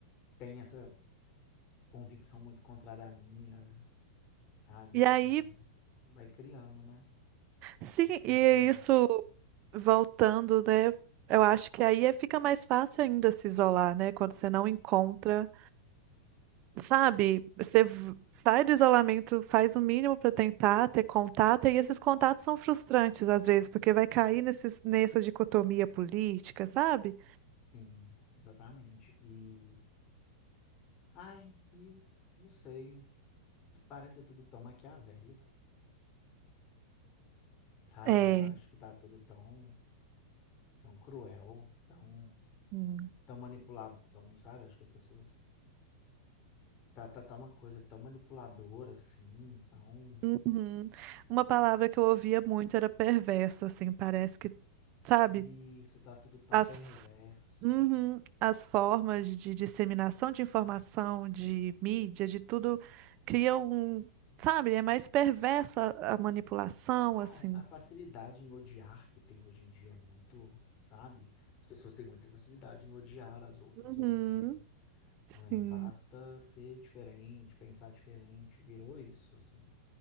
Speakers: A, on the left (about 35°); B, on the right (about 40°).
A: tem essa convicção muito contrária à minha, sabe?
B: E aí,
A: E vai criando, né?
B: sim,
A: Esse sentimento.
B: e isso voltando, né? Eu acho que aí é- fica mais fácil ainda se isolar, né? Quando você não encontra. Sabe, você v- sai do isolamento, faz o mínimo para tentar ter contato, e esses contatos são frustrantes às vezes, porque vai cair nesses, nessa dicotomia política, sabe?
A: Sim, exatamente. E ai, e não sei, parece tudo tão maquiavélico. Sabe?
B: É.
A: Eu acho que tá tudo tão, tão cruel, tão,
B: Hum.
A: tão manipulado, tão, sabe? Acho que as pessoas. Tá, tá, tá uma coisa tão manipuladora assim, tão.
B: Uhum. Uma palavra que eu ouvia muito era perverso, assim, parece que, sabe,
A: Isso, tá tudo tão
B: as,
A: perverso.
B: f- Uhum. as formas de disseminação de informação, de mídia, de tudo, criam um, sabe, é mais perverso a, a manipulação,
A: Ah,
B: assim.
A: é, a facilidade em odiar que tem hoje em dia é muito, sabe? As pessoas têm muita facilidade em odiar as outras
B: Uhum.
A: hoje em dia,
B: Sim,
A: né? Basta ser diferente, pensar diferente, virou isso, assim,